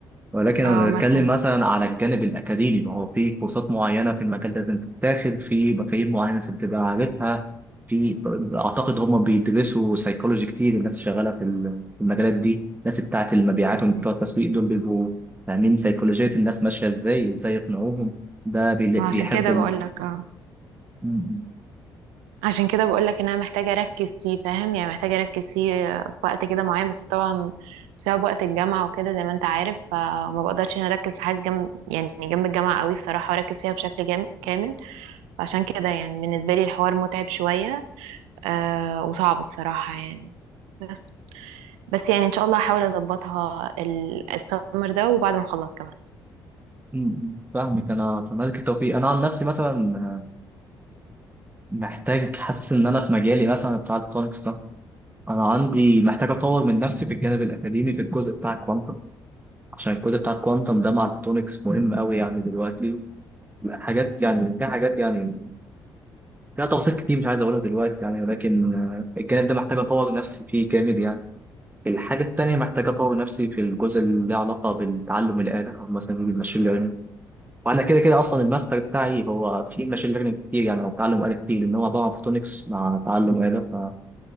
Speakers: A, on the right; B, on the right.
A: ولكن انا
B: اه مثلا
A: بتكلم مثلا على الجانب الاكاديمي ما هو في كورسات معينه في المجال ده لازم تتاخد في مفاهيم معينه لازم تبقى عارفها في اعتقد هم بيدرسوا سيكولوجي كتير الناس اللي شغاله في ال- في المجالات دي الناس بتاعه المبيعات
B: مم.
A: وبتوع التسويق دول بيبقوا فاهمين سيكولوجيه الناس ماشيه ازاي ازاي يقنعوهم ده بي-
B: ما
A: بيحب
B: عشان كده
A: ال...
B: بقول لك اه
A: م-
B: عشان كده بقول لك ان انا محتاجه اركز فيه فاهم يعني محتاجه اركز فيه في وقت كده معين بس طبعا بسبب وقت الجامعه وكده زي ما انت عارف فما بقدرش ان أنا اركز في حاجه جنب يعني جنب الجامعه قوي الصراحه واركز فيها بشكل جام... كامل فعشان كده يعني بالنسبه لي الحوار متعب شويه آه وصعب الصراحه يعني بس بس يعني ان شاء الله هحاول اظبطها ال- السمر ده وبعد ما اخلص كمان
A: م- م- فاهمك انا اتمنى لك التوفيق انا عن نفسي مثلا محتاج حاسس ان انا في مجالي مثلا بتاع الكترونكس انا عندي محتاج اطور من نفسي في الجانب الاكاديمي في الجزء بتاع الكوانتم عشان الجزء بتاع الكوانتم ده مع الفوتونكس مهم قوي يعني دلوقتي حاجات يعني في حاجات يعني فيها تفاصيل كتير مش عايز اقولها دلوقتي يعني ولكن آه، الجانب ده محتاج اطور نفسي فيه جامد يعني الحاجه التانيه محتاج اطور نفسي في الجزء اللي له علاقه بالتعلم الاله او مثلا بالماشين ليرنينج وانا كده كده اصلا الماستر بتاعي هو في ماشين ليرنينج كتير يعني هو تعلم اله كتير لان هو عباره عن فوتونكس مع تعلم اله ف-